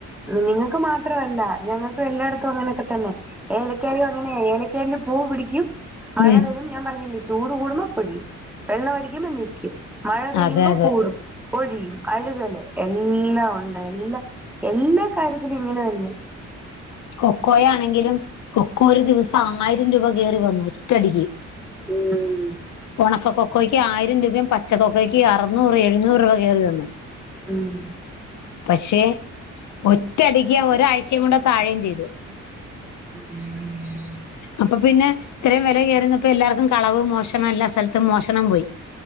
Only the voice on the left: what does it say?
ഉം
അതെ അതെ
കൊക്കോ ആണെങ്കിലും കൊക്കോ ഒരു ദിവസം ആയിരം രൂപ കേറി വന്നു ഒറ്റടിക്ക്
ഒണക്കക്കൊക്കോയ്ക്ക് ആയിരം രൂപയും പച്ചക്കൊക്കോയ്ക്ക് അറുന്നൂറ് എഴുന്നൂറ് രൂപ കേറി വന്നു
പക്ഷെ ഒറ്റടിക്ക് ഒരാഴ്ചയുംകൂടെ താഴെയും ചെയ്തു
അപ്പൊ പിന്നെ ഇത്രയും വെല കേറിന്നപ്പോ എല്ലാർക്കും കളവ് മോഷണം എല്ലാ സ്ഥലത്തും മോഷണം പോയി